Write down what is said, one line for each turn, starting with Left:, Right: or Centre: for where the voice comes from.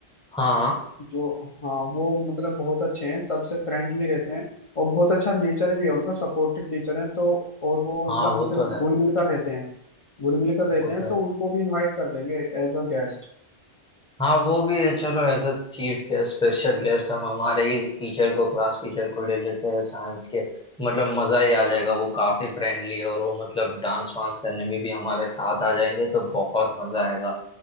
Centre: हाँ
Left: जो हाँ वो मतलब बहुत अच्छे हैं सबसे फ्रेंडली रहते हैं और बहुत अच्छा नेचर भी है उनका सपोर्टिव टीचर है तो और वो
Centre: हाँ
Left: मतलब हमसे
Centre: वो तो है
Left: घुल मिल कर रहते हैं घुल मिल कर रहते
Centre: वो
Left: हैं
Centre: तो है
Left: तो उनको भी इनवाइट कर लेंगे एज अ गेस्ट
Centre: हाँ वो भी है चलो as a chief guest special guest हम हमारे ही टीचर को क्लास टीचर को ले लेते हैं साइंस के मतलब मजा ही आ जाएगा वो काफी फ्रेंडली है और वो मतलब डांस वांस करने में भी हमारे साथ आ जाएंगे तो बहुत मजा आएगा